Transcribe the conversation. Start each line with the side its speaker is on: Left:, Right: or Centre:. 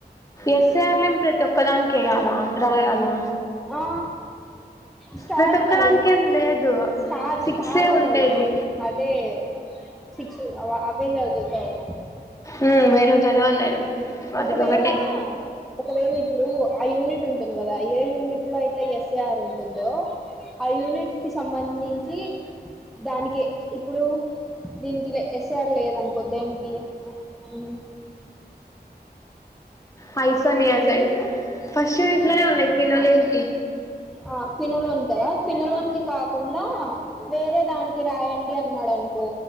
Left: ఎస్ ఏ ఆర్ల ఎమ్ ప్రతే ఒక్కదానికి ఏయాలా? రాయలా?
Centre: ఆ స్టార్
Left: ప్రతి ఒక్క
Centre: ఉన్నవి
Left: దానికే లేదు
Centre: స్టార్
Left: సిక్సే
Centre: స్టార్ ఉన్నవి
Left: ఉండేది.
Centre: అదే సిక్స్ అవే చదువుతావు
Left: ఉ వేరే చదివాన్ నేను వాటికి
Centre: ఒకవేళ
Left: ఒకటే
Centre: ఒకవేళ ఇప్పుడు ఆ యూనిట్ ఉంటుంది. గల ఏ యూనిట్ లో అయితే ఎస్ ఏ ఆర్ ఉంటుందో ఆ యూనిట్ కి సంబంధించి దానికి ఇప్పుడు దీనికి ఎస్ ఏ ఆర్ లేద అనుకో దేనికి ఉమ్
Left: హైసానియాసైడ్ ఫస్ట్ ఇట్లానే ఉన్నాయి ఫినైనల్కి
Centre: ఆ ఫనులోన్ కదా ఫనులోన్ కి కాకుండా వేరే దానికి రాయండి అన్నాడు. అనుకో